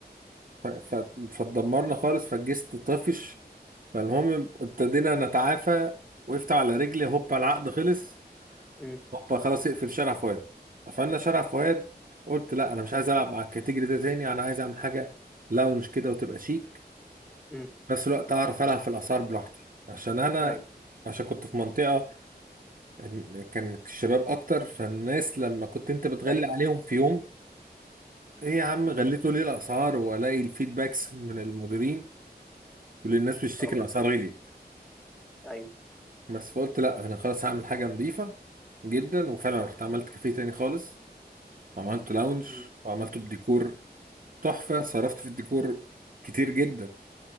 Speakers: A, on the right; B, in the centre.
A: ف... ف... فاتدمرنا خالص فالجست طفش فالمهم ابتدينا نتعافى وقفت على رجلي هوبا العقد خلص
B: امم
A: هوبا خلاص اقفل شارع فؤاد قفلنا شارع فؤاد قلت لا انا مش عايز العب مع الكاتيجوري ده تاني انا عايز اعمل حاجه لاونج كده وتبقى شيك
B: امم
A: في نفس الوقت اعرف العب في الاسعار براحتي عشان انا
B: ايوه
A: عشان كنت في منطقه إن- كان الشباب اكتر فالناس لما كنت انت بتغلي
B: ايوه
A: عليهم في يوم ايه يا عم غليتوا
B: مم.
A: ليه الاسعار والاقي الفيدباكس من المديرين يقول لي الناس بتشتكي
B: اه
A: الاسعار غليت
B: ايوه
A: بس فقلت لا انا خلاص هعمل حاجه نظيفه جدا وفعلا رحت عملت كافيه تاني خالص وعملت لاونج
B: مم.
A: وعملته بديكور تحفه صرفت في الديكور كتير جدا